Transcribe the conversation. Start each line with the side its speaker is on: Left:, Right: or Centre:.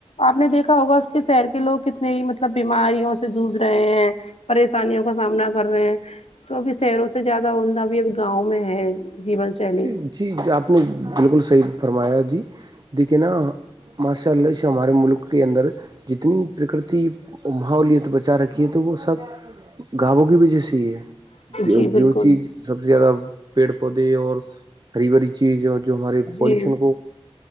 Left: آپ نے دیکھا ہوگا اس کے شہر کے لوگ کتنے نئی مطلب بیماریوں سے جھ رہے ہیں پریشانیوں کا سامنا کر رہے ہیں تو ابھی شہروں سے زیادہ عمدہ بھی ابھی گاؤں میں ہے جیون شیلی
Right: جی جی آپ نے بالکل صحیح فرمایا جی دیکھیے نا ماشاء اللہ جو ہمارے ملک کے اندر جتنی پرکرتی ماحولت بچا رکھی ہے تو وہ سب گابوں کی بھی جیسیی ہے
Left: جی بالکل
Right: جو چیز سب سے زیادہ پیڑ پودے اور ہری بری چیز اور جو ہمارے
Left: جی
Right: پالوشن کو